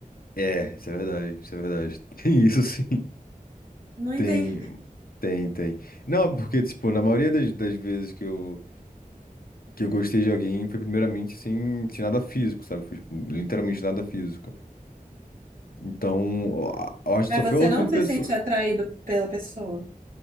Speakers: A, on the left; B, on the right.
A: É, isso é verdade, isso é verdade. <laughs> Tem isso sim.
B: Não entendi.
A: Tem, tem, tem. Não, porque, tipo, na maioria das, das vezes que eu, que eu gostei de alguém foi primeiramente sem, sem nada físico, sabe? Foi, tipo, literalmente nada físico. Então, eu acho
B: Mas
A: que só
B: você
A: foi a última
B: não se
A: pessoa.
B: sente atraído pela pessoa.